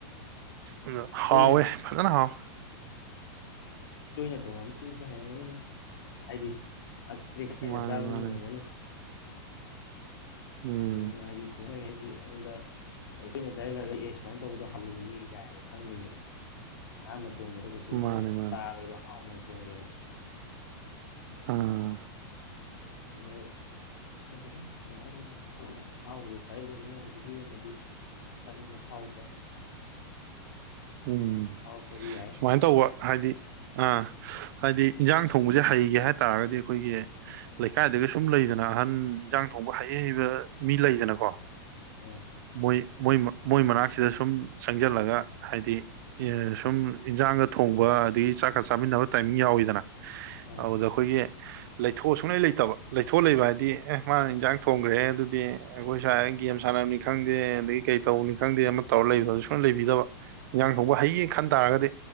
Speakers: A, on the right; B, on the left.
A: ꯑꯗ ꯍꯥꯎꯋꯦ
B: ꯇꯣꯏꯅ
A: ꯐꯖꯅ ꯍꯥꯎꯋꯦ
B: ꯇꯣꯏꯅ ꯊꯣꯡꯉꯅꯕ ꯃꯤꯁꯨ ꯍꯥꯏꯔꯝꯅꯤꯅ ꯍꯥꯏꯗꯤ ꯑꯩꯈꯣꯏꯗꯤ ꯀ ꯍꯅ
A: ꯃꯥꯅꯦ
B: ꯆꯥꯕ ꯃꯤ
A: ꯃꯥꯅꯦ
B: ꯑꯣꯏꯔꯝꯒꯅꯤ
A: ꯎꯝ
B: ꯑꯩꯈꯣꯏꯁꯨ ꯍꯥꯏꯗꯤ ꯊꯣꯡꯕꯥ ꯍꯥꯏꯁꯤ ꯑꯃꯗ ꯑ ꯀꯨꯣꯏꯩꯅ ꯆꯥꯏꯁꯤꯜꯂꯒ ꯑꯦ ꯁꯨꯃꯥꯏꯅ ꯇꯧꯕꯗꯣ ꯍꯧꯈꯤꯕꯅꯤ ꯀꯥꯏꯗꯣ ꯈꯪꯗꯣꯏꯅꯦꯕ ꯑꯍꯥꯟꯕ ꯊꯣꯡꯕꯗ ꯀꯩꯁꯨꯝ
A: ꯃꯥꯅꯦ ꯃꯥꯅꯦ
B: ꯇꯥꯔꯣꯏꯕ ꯍꯥꯎꯅ ꯊꯣꯡꯉꯦ ꯍꯥꯏꯁꯦ
A: ꯑꯥ
B: ꯑꯗꯨ ꯊꯝꯖꯦ ꯊꯝ ꯀꯩ ꯍꯥꯏꯗꯣꯏꯅꯣ ꯑꯍꯥꯎꯕꯗ ꯆꯥꯂꯨꯕꯅꯤꯅ ꯍꯧꯖꯤꯛꯀꯤ ꯑꯣꯏꯅꯗꯤ ꯆꯥꯅꯤꯡꯕ ꯐꯥꯎꯗ꯭ꯔꯦ
A: ꯎꯝ
B: ꯐꯥꯎꯔꯛꯄꯗꯤ ꯌꯥꯏ
A: ꯁꯨꯃꯥꯏꯅ ꯇꯧꯕ ꯍꯥꯏꯗꯤ ꯑꯥ ꯍꯥꯏꯗꯤ ꯏꯟꯖꯥꯡ ꯊꯣꯡꯕꯁꯦ ꯍꯩꯒꯦ ꯍꯥꯏꯇꯥꯥꯔꯒꯗꯤ ꯑꯩꯈꯣꯏꯒꯤ ꯂꯩꯀꯥꯏꯗꯒꯤ ꯁꯨꯝ ꯂꯩꯗꯅ ꯑꯍꯟ ꯏꯟꯖꯥꯡ ꯊꯣꯡꯕ ꯍꯩ ꯍꯩꯕ ꯃꯤ ꯂꯩꯗꯅꯀꯣ
B: ꯎꯝ
A: ꯃꯣꯏꯣꯏ ꯃꯣꯏ ꯃꯅꯥꯛꯁꯤꯗ ꯁꯨꯝ ꯆꯪꯁꯤꯜꯂꯒ ꯍꯥꯏꯗꯤ ꯁꯨꯝ ꯏꯟꯖꯥꯡꯒ ꯊꯣꯡꯕ ꯑꯗꯒꯤ ꯆꯥꯛꯀ ꯆꯥꯃꯤꯟꯅꯕ ꯇꯥꯏꯃꯤꯡ ꯌꯥꯎꯋꯤꯗꯅ
B: ꯎꯝ
A: ꯑꯗꯨꯗ ꯑꯩꯈꯣꯏꯒꯤ ꯂꯩꯊꯣꯛ ꯁꯨꯡꯂꯩ ꯂꯩꯇꯕ ꯂꯩꯊꯣꯛ ꯂꯩꯕ ꯍꯥꯏꯗꯤ ꯑꯦ ꯃꯥꯅ ꯏꯟꯖꯥꯡ ꯊꯣꯡꯈ꯭ꯔꯦ ꯑꯗꯨꯗꯤ ꯑꯩꯈꯣꯏ ꯁꯨꯋꯥꯏꯔꯅ ꯒꯦꯝ ꯁꯥꯟꯅꯕꯅꯤ ꯈꯪꯗꯦ ꯑꯗꯒꯤ ꯀꯩ ꯇꯧꯕꯅꯤ ꯈꯪꯗꯦ ꯑꯃ ꯇꯧꯔ ꯂꯩꯕ ꯁꯨꯡꯂꯩ ꯂꯩꯕꯤꯗꯕ ꯏꯟꯈꯥꯡ
B: ꯎꯝ
A: ꯊꯣꯡꯕ ꯍꯩꯒ ꯈꯟ ꯇꯥꯔꯒꯗꯤ